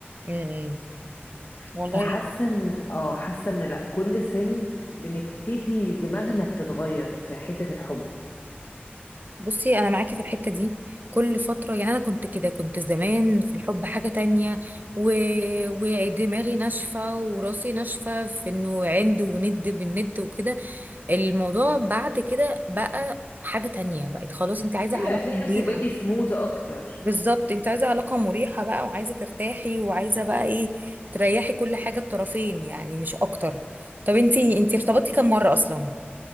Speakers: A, on the right; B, on the left.
A: امم والله
B: فحاسه ان اه حاسه ان لا كل سن بنبتدي دماغنا بتتغير في حته الحب
A: بصي انا معاكي في الحته دي كل فتره يعني انا كنت كده كنت زمان في الحب حاجه تانية و... ودماغي ناشفه وراسي ناشفه في انه عند وند بالند وكده الموضوع بعد كده بقى حاجة تانية بقت خلاص انت عايزة
B: ايوه
A: علاقة
B: هتلاقي
A: مريحة
B: نفسك بقيتي سموز اكتر
A: بالظبط انت عايزة علاقة مريحة بقى وعايزة ترتاحي وعايزة بقى ايه تريحي كل حاجة الطرفين يعني مش اكتر طب انت انت ارتبطتي كم مرة اصلا